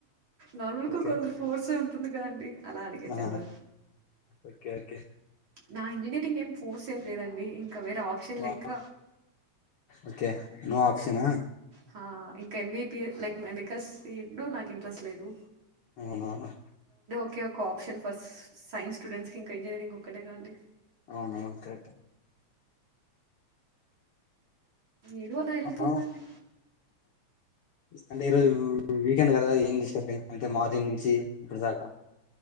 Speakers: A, on the right; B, on the left.
A: నలుకి
B: ఓకే
A: కొందరు ఫోర్స ఉంటుంది క అండి అలా అడిగేచ్చను
B: ఆ ఓకే ఓకే
A: నా ఇంజనీరింగ్ ఏం ఫోర్స్ ఏమి లేదండి ఇంకా వేరే ఆప్షన్ లెక్క
B: ఆ ఓకే నో ఆప్షన్ ఆ
A: హా ఇంకా ఎంబీబి లైక్ మెడికల్స్ ఇడు నాకు ఇంట్రెస్ట్ లేదు
B: అవునవును
A: ఓకే ఒక ఆప్షన్ ఫర్ సైన్స్ స్టూడెంట్స్ క ఇంకా ఇంజనీరింగ్ ఒక్కటేగాండి
B: అవును అవును కరెక్ట్
A: ఏదో అలా వెళ్తుందండి
B: ఆ అంటే ఈరోజు వీకెండ్ కదా అంటే మాదిన్ నుంచి ఇప్పుడు దాకా